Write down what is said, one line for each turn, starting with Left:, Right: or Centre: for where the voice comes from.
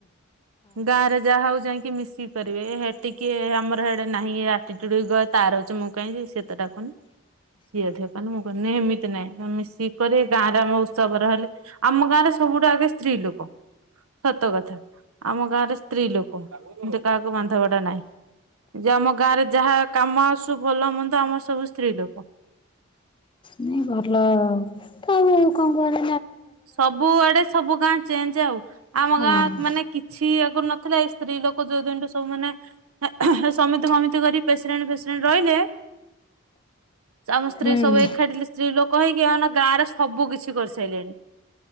Right: ଗାଁରେ ଯାହା ହଉ ଯାଇଁ କି ମିଶିକି କରିବେ ହେ ଟିକେ ଆମର ହେଡ ନାହିଁ ଏ ଆଟିଚୁଡ ଇଗୋ ତାର ଅଛି ମୁଁ କାହିଁକି ଯିବି ସେ ତ ଡାକୁନି। ସିଏ ଅଧିକ କନେ ମୁଁ କହନି ଏମିତି ନାଇଁ ଆମେ ସିଏ କରେ ଗାଁରେ ଆମ ଉତ୍ସବ ରହିଲେ ଆମ ଗାଁ ରେ ସବୁଠୁ ଆଗେ ସ୍ତ୍ରୀ ଲୋକ। ସତ କଥା ଆମ ଗାଁରେ ସ୍ତ୍ରୀ ଲୋକ ଯେ କାହାକୁ ବାନ୍ଧବାଡ ନାହିଁ। ଯେ ଆମ ଗାଁ ରେ ଯାହା କାମ ଆସୁ ଭଲ ମନ୍ଦ ଆମର ସବୁ ସ୍ତ୍ରୀ ଲୋକ।
Left: ନାଇଁ ଭଲ ଆଉ ତ ଆଉ କଣ କୁହିଁ
Right: ସବୁଆଡେ ସବୁ ଗାଁ ଚେଞ୍ଜ ଆଉ ଆମ
Left: ହଁ।
Right: ଗାଁ ମାନେ କିଛି ଆଗରୁ ନଥିଲା ଏଇ ସ୍ତ୍ରୀ ଲୋକ ଯୋଉ ଦିନୁଟ ସବୁମାନେ ସମେତ ସମମତି କରି ପ୍ରେସିଡେଣ୍ଟ ଫେସିଡେଣ୍ଟ ରହିଲେ ଆମ ସ୍ତ୍ରୀ
Left: ହୁଁ
Right: ସବୁ ଏକାଠିି ସ୍ତ୍ରୀ ଲୋକ ହେଇକି ଆ ନା ଗାଁରେ ସବୁ କିଛି କରିସାରିଲେଣି।